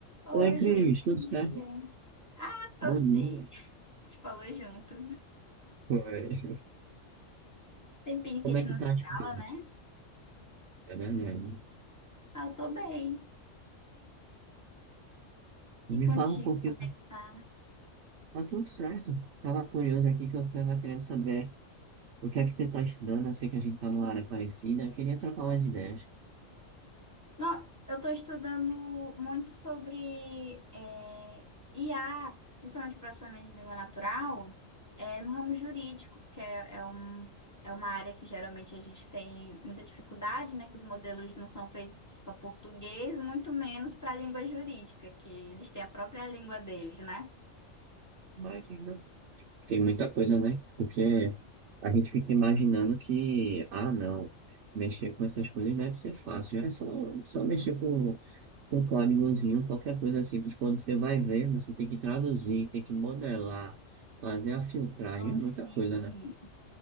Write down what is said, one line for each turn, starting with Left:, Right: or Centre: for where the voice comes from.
Left: Oi,
Right: Oi, Cris,
Left: Júlio,
Right: tudo
Left: bom
Right: certo?
Left: dia. Ah, tô
Right: Bom
Left: sim.
Right: dia.
Left: Te falou junto.
Right: Oi.
Left: Tempinho
Right: Como
Left: que a gente
Right: é que
Left: não
Right: tá
Left: se
Right: as
Left: fala,
Right: coisas?
Left: né?
Right: É verdade.
Left: Ah, eu tô bem.
Right: Me
Left: E contigo,
Right: fala um pouquinho.
Left: como é que tá?
Right: Tá tudo certo. Tava curioso aqui que eu tava querendo saber o que é que você tá estudando. Eu sei que a gente tá numa área parecida. Queria trocar umas ideias.
Left: Não, eu tô estudando muito sobre é, IA, principalmente processamento de língua natural, é, no ramo jurídico, porque é, é um, é uma área que geralmente a gente tem muita dificuldade, né? Que os modelos não são feitos para português, muito menos para a língua jurídica, que eles têm a própria língua deles, né?
Right: Mas não. Tem muita coisa, né? Porque a gente fica imaginando que, ah, não, mexer com essas coisas deve ser fácil. É só, só mexer com com códigozinho, qualquer coisa simples. Quando você vai ver, você tem que traduzir, tem que modelar, fazer a filtragem,
Left: Oh,
Right: é muita
Left: sim.
Right: coisa, né?